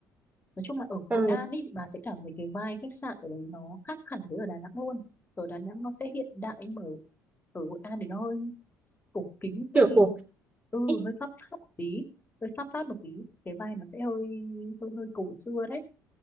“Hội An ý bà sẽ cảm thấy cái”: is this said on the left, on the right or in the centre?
Left